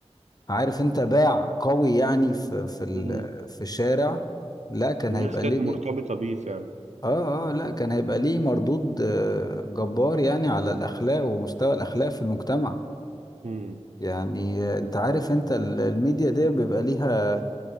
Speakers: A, on the left; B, on the right.
A: عارف انت باع قوي يعني في في ال-
B: مم.
A: في الشارع لا كان
B: الناس
A: هيبقى
B: كانت
A: ليه
B: مرتبطة بيه فعلا
A: اه اه لا كان هيبقى ليه مردود آه، جبار يعني على الاخلاق ومستوى الاخلاق في المجتمع
B: مم.
A: يعني آه، انت عارف انت ال- الميديا دي بيبقى ليها